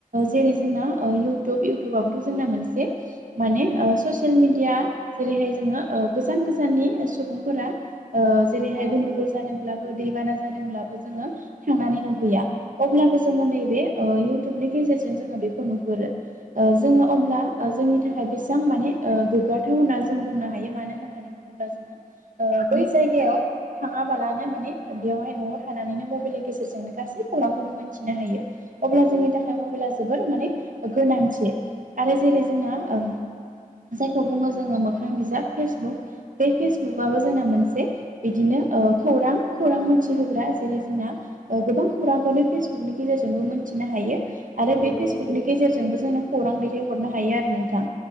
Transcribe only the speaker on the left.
औ
औ
नोंथां